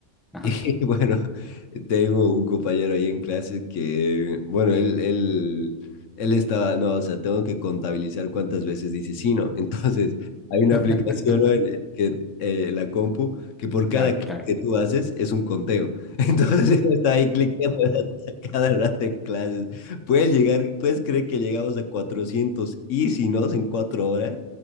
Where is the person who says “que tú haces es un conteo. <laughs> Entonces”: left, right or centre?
Left